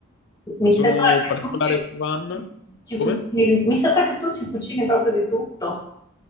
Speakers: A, on the left; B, on the left.
A: Mi
B: Sono
A: sembra
B: un
A: che
B: particolare
A: tu ci,
B: fan...
A: ci
B: Come?
A: cucini, mi sembra che tu ci cucini proprio di tutto.